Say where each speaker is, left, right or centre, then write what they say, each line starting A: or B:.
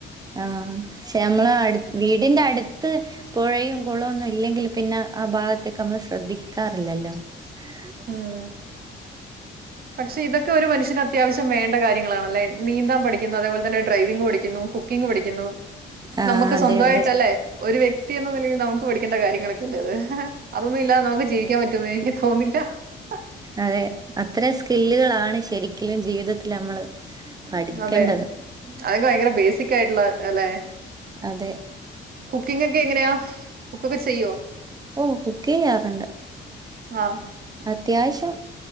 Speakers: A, on the right; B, on the right.
A: ആഹ് ക്ഷെ നമ്മള ആ വീടിന്റെ അട് ത്ത് പുഴയും കുളൊന്നുംല്ലെങ്കിൽ പിന്നെ ആ ഭാഗത്തേക്ക് നമ്മൾ ശ്രദ്ധിക്കാറില്ലല്ലോ. <inaudible>
B: ഉം പക്ഷെ ഇതൊക്കെ ഒരു മനുഷ്യന് അത്യാവശ്യ വേണ്ട കാര്യങ്ങളണല്ലേ നീന്താ പഠിക്കുന്നത് അതേപോലെന്നെ ഡ്രൈവിംങ് പഠി ക്ക്യുന്നു കുക്കിം ഗ്‌ പഠിക്കുന്നു
A: ആഹ്
B: നമക്ക്
A: അതെ
B: സ്വന്തായിട്ടലെ?
A: അതെ
B: ഒരു വ്യക്തി എന്ന നിലയിൽ നമുക്ക് പഠിക്കണ്ട കാര്യങ്ങളൊക്കെല്ലേത് അതൊന്നും ഇല്ലാ നമുക്ക് ജീവിക്ക്യാൻ പറ്റുന്ന് എനിക്ക് തോന്ന് ല്ല്യ. ആ
A: അതെ അത്ര സ്കില്ല്കളാണ് ശരിക്ക്ലും ജീവിതത്തില് നമ്മള്. പഠിക്കേണ്ടത്
B: അതെ അതക്കെ ഭയങ്കര ബേസിക് ആയിട്ട്ള്ള അല്ലെ?
A: അതെ.
B: കുക്കിംങ്ങ് ഒക്കെ എങ്ങനെയാ കുക്കൊക്കെ ചെയ്യോ?
A: ഓ കുക്കെയ്യാറ്ണ്ട്.
B: ആഹ്.
A: അത്യാവശ്യം